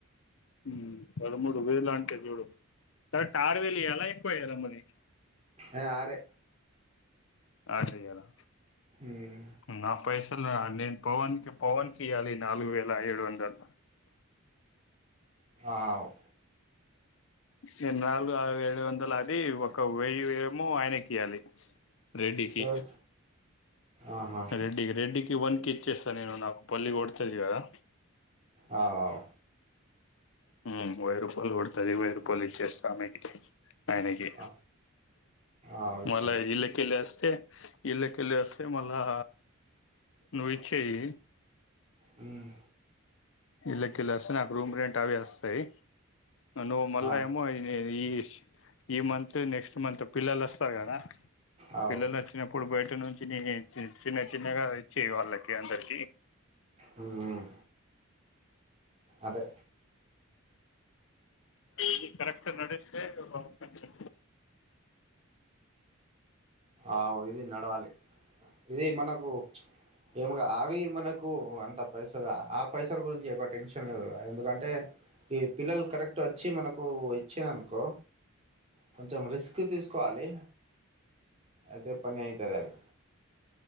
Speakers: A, on the left; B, on the right.
A: హ్మ్ పదమూడు వేలు అంటే చూడు సరే ఆరువేలు ఇయ్యాల ఎక్కువియ్యాల మరి
B: ఏ ఆరే
A: ఆ చెయ్యాలా
B: ఉమ్
A: నా పైసల నేను పవన్కి పవన్ కియ్యాలి నాలుగు వేల ఏడు వందలు
B: ఆవ్
A: నేను నాలుగు ఆరు ఏడు వందలు అది ఒక వెయ్యి ఏమో ఆయనకియ్యాలి రెడ్డికి
B: ఎవరు ఆహా
A: రెడ్డికి రెడ్డికి వన్ కే ఇచ్చేస్తా నేను నాకు పల్లి కోడుతద్ కదా
B: ఆ ఔ
A: హుమ్ వెయ్ రూపాయలు పడతది వేయ్ రూపాయలు ఇచేస్త ఇంటికీ ఆయనకి
B: ఆ ఆవచ్చు
A: మళ్ళ ఇల్లకెల్లోస్ ఇళ్లకెల్లోస్తే మల్లా నువ్వు ఇచ్చేయ్
B: హుమ్
A: ఇళ్ళకెల్లోస్తే నాకు రూమ్ రెంట్ అవి వస్తాయి నువ్వు మళ్ళ
B: ఆ
A: ఏమో ఇదేది ఈ మంత్ నెక్స్ట్ మంత్ పిల్లలు వస్తారు కదా
B: అవు
A: పిల్లలు వచ్చినప్పుడు బయట ఇంటి నుంచి నే చిన్న చిన్నగా వచ్చి వాళ్ళకి అందరికి
B: హుమ్ అదే
A: అన్ని కరెక్ట్ నడిస్తే బాగుంటుంది
B: ఆవ్ ఇది నడవాలి ఇది మనకు ఏమ్ అవి మనకు కు అంత పైసలు ఆ పైసల గురించి ఎక్కువ టెన్షన్ లేదు ఎందుకంటే ఈ పిల్లలు కరెక్ట్ వచ్చి మనకు ఇచ్చింరనుకో కొంచెం రిస్క్ తీసుకోవాలి అదే పని అయితది అది